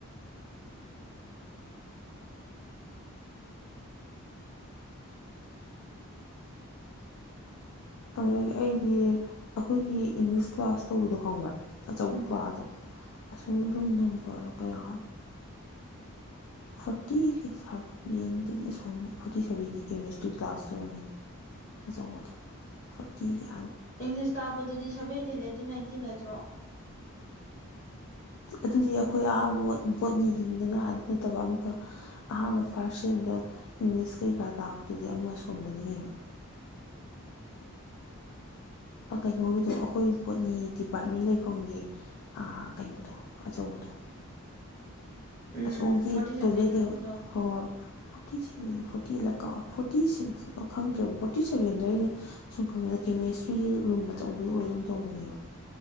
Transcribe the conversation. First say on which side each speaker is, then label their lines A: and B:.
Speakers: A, on the left; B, on the left.
A: ꯑꯗꯒꯤ ꯑꯩꯗꯤ ꯑꯩꯈꯣꯏꯒꯤ ꯏꯪꯂꯤꯁ ꯀ꯭ꯂꯥꯁ ꯇꯧꯕꯗꯣ ꯈꯪꯕ꯭ꯔꯥ ꯑꯆꯧꯕ
B: ꯎꯝ
A: ꯀ꯭ꯂꯥꯁꯗꯣ ꯑꯁ ꯔꯨꯝ ꯅꯝꯗꯔꯣ ꯀꯌꯥ ꯐꯣꯔꯇꯤ ꯁꯚꯦꯟꯗꯨꯗꯤ ꯑꯁꯣꯝ ꯐꯣꯔꯇꯤ ꯁꯚꯦꯟꯗꯤ ꯀꯦꯃꯦꯁꯇ꯭ꯔꯤ ꯀ꯭ꯂꯥꯁ ꯑꯣꯏꯔꯝꯒꯅꯤ ꯑꯗ
B: ꯏꯪꯂꯤꯁ ꯇꯥꯛꯄꯗꯨꯗꯤ ꯁꯚꯦꯟꯇꯤꯟ ꯑꯩꯠꯇꯤ ꯅꯥꯏꯟꯇꯤ ꯅꯠꯇ꯭ꯔꯣ
A: ꯑꯗꯨꯗꯤ ꯑꯩꯈꯣꯏ ꯑꯍꯥꯕ ꯕꯣꯠ ꯅꯤꯈꯤꯅꯤꯗꯅ ꯑꯗꯨ ꯅꯠꯇꯕ ꯑꯃꯨꯛꯀꯛ ꯑꯍꯥꯥꯟꯕ ꯐꯔ ꯑꯥꯔꯁꯦꯝꯗ ꯏꯪꯂꯤꯁ ꯀꯩꯀꯥ ꯇꯥꯛꯄꯗꯨꯗꯤ ꯑꯃ ꯑꯁꯣꯝꯗꯅꯤ ꯀꯩꯅꯩꯅꯣ ꯀꯩꯅꯣꯒꯤꯗꯣ ꯑꯩꯈꯣꯏ ꯄꯣꯠꯅꯤ ꯗꯤꯄꯥꯔꯠꯃꯦꯟ ꯂꯩꯐꯝꯒꯤ ꯀꯩꯅꯣꯗꯣ ꯑꯆꯧꯕꯗꯣ <inaudible>
B: ꯎꯝ
A: ꯑꯁꯣꯝꯒꯤ
B: ꯐꯣꯔꯇꯤ
A: ꯇꯣꯏꯂꯦ
B: ꯁꯚꯦꯟ ꯑꯣꯏꯒꯨꯝ
A: ꯍꯣꯏ
B: ꯇꯧ
A: ꯍꯣꯏ ꯐꯇꯤ ꯐꯣꯔꯇꯤ ꯀ ꯐꯣꯔꯇꯤ ꯁꯤꯛꯁ ꯈꯪꯗ꯭ꯔꯦꯕ ꯐꯣꯔꯇꯤ ꯁꯕꯦꯟꯗꯣ ꯑꯩꯅ ꯁꯨꯝ ꯈꯪꯕꯦꯗ ꯀꯦꯃꯦꯁꯇ꯭ꯔꯤꯒꯤ ꯔꯨꯝ ꯑꯆꯧꯕ ꯑꯗꯨꯝ ꯇꯧꯕꯅꯦꯕ